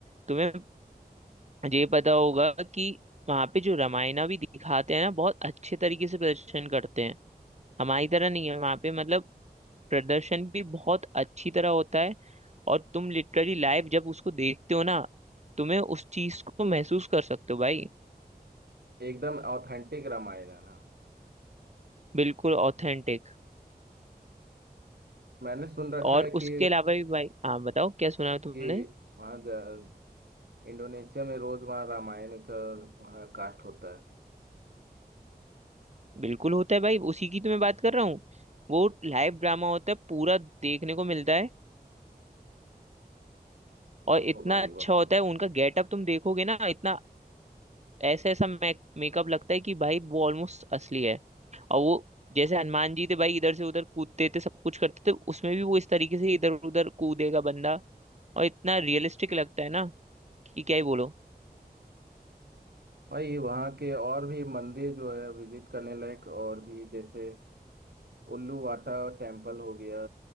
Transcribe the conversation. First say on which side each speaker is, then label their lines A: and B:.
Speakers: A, on the right; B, on the right.
A: तुम्हें ये पता होगा कि वहाँ पे जो रामायणा भी दिखाते हैं ना बहुत अच्छे तरीके से प्रदर्शन करते हैं हमारी तरह नहीं है वहाँ पे मतलब प्रदर्शन भी बहुत अच्छी तरह होता है और तुम लिटरली लाइव जब उसको देखते हो ना तुम्हें उस चीज को महसूस कर सकते हो भाई
B: एकदम ऑथेंटिक रामायण है ना
A: बिल्कुल ऑथेंटिक
B: मैंने सुन रखा
A: और
B: है
A: उसके
B: कि
A: अलावा भी भाई हाँ बताओ क्या सुना है तुमने
B: कि वहाँ ज- इंडोनेशिया में रोज वहाँ रामायण का वहाँ कास्ट होता है
A: बिल्कुल होता है भाई उसी की तो मैं बात कर रहा हूँ वो लाइव ड्रामा होता है पूरा देखने को मिलता है और
B: ओ
A: इतना
B: भाई
A: अच्छा
B: बहुत
A: होता
B: सुन
A: है उनका गेटअप तुम देखोगे ना इतना ऐसा ऐसा मेकअप लगता है कि भाई वो ऑलमोस्ट असली है और वो जैसे हनुमान जी थे भाई इधर से उधर कूदते थे सब कुछ करते थे उसमें भी वो इस तरीके से इधर उधर कूदेगा बंदा और इतना रियलिस्टिक लगता है ना कि क्या ही बोलो
B: भाई वहाँ के और भी मंदिर जो है विजिट करने लायक और भी जैसे उल्लू वाटा टेम्पल हो गया